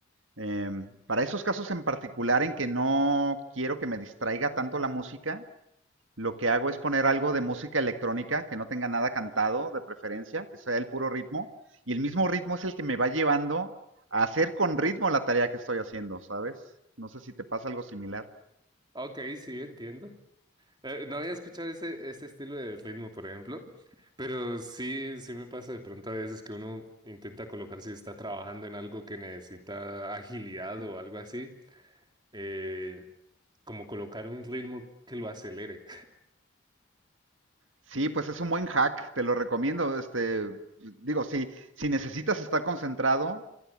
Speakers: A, on the right; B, on the right.
A: Em, para esos casos en particular en que no quiero que me distraiga tanto la música, lo que hago es poner algo de música electrónica que no tenga nada cantado, de preferencia, que sea el puro ritmo. Y el mismo ritmo es el que me va llevando a hacer con ritmo la tarea que estoy haciendo, ¿sabes? No sé si te pasa algo similar.
B: Ok, sí, entiendo. Eh, no había escuchado ese, ese estilo de ritmo, por ejemplo, pero sí, sí me pasa de pronto a veces que uno intenta colocar si está trabajando en algo que necesita agilidad o algo así, eh, como colocar un ritmo que lo acelere.
A: Sí, pues es un buen hack, te lo recomiendo. Este, digo, si, si necesitas estar concentrado,